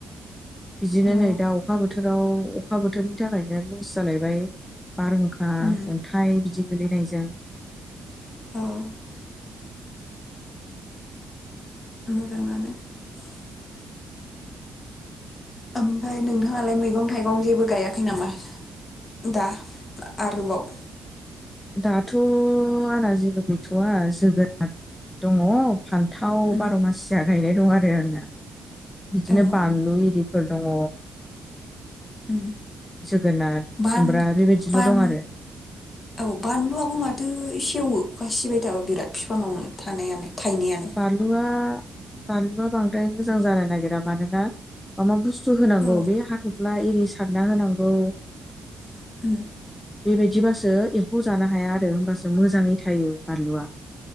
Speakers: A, on the left; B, on the left.
A: बिदिनो
B: औ
A: नै दा अखा बोथोराव अखा बोथोरनि थाखायनो लस जालायबाय बारहुंखा
B: उम
A: अन्थाइ बिदि गोलैनाय <unintelligible>
B: <inaudible> <inaudible> ओमफ्राय नोंथाङालाय मैगं थाइगं जेबो गायाखै नामा दा आरोबाव?
A: दाथ' आंना जेबो गैथ'वा जोगोनाद दङ फान्थाव
B: उम
A: बार' मासिया गाय बे दं आरो आंना बिदिनो
B: औ
A: बानलु इरिफोर दङ
B: उम
A: जो <inaudible> गोनार
B: बान
A: खुमब्रा बेबायदिल'
B: बान
A: दं आरो
B: औ बानलुआबो माथो सेवो अखासिबाय थाबा बिराद फिफाङावनो थानायानो थाइनायानो
A: बाल्लुआ बानलुआ बांद्राय मोजां जानो नागिरा मानोना मा मा बुस्थु होनांगौ
B: औ
A: बे हाथफ्ला एरि सारना होनांगौ
B: <inaudible>
A: बेबायदिबासो एम्फौ जानो हाया आरो होमबासो मोजाङै थायो बानलुआ